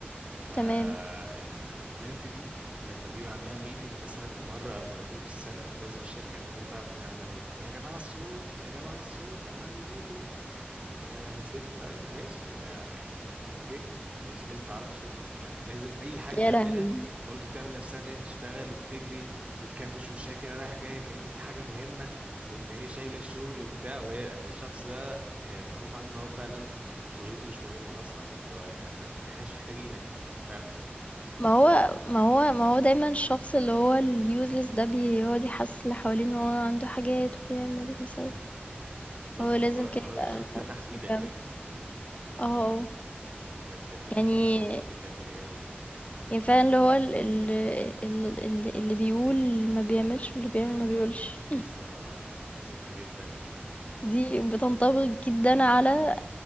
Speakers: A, on the right; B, on the left.
A: فالبنت
B: تمام
A: دي لما بيبقى عندها ميتنج مثلا مرة أو مرتين في السنة لازم الشركة كلها تعرف إن هي عندها ميتنج يا جماعة الصوت يا جماعة الصوت أنا عندي ميتنج. يا ستي طيب ماشي آه، يعني اوكي ماشي لازم تعرف الشركة كلها ولازم أي حاجة
B: يا
A: تعملها
B: لهوي
A: برضو تعمل نفسها إن هي بتشتغل وبتجري وبتكلمش وشها كده رايح جاية كأن في حاجة مهمة وإن هي شايلة الشغل وبتاع وهي الشخص ده آه، معروف عنه إن هو فعلا شغلته مش مهمة أصلا اللي هو يعني إحنا إحنا مش محتاجينك فاهمة
B: ما هو ما هو ما هو دايما الشخص اللي هو اليوزلس ده بيقعد يحسس اللي حواليه ان هو عنده حاجات وبيعمل وبيسوي
A: بالظبط
B: هو لازم
A: هو
B: كده
A: هو
B: يبقى
A: الشخص ده تحديدا
B: سوداوي
A: يعني
B: اه اه
A: بجد ال-
B: يعني
A: الأشخاص دول بيتعبوني أوي
B: يعني فعلا اللي هو ال- ال- ال- ال- اللي بيقول ما بيعملش واللي بيعمل ما بيقولش
A: بالظبط بالظبط جدا
B: دي بتنطبق جدا على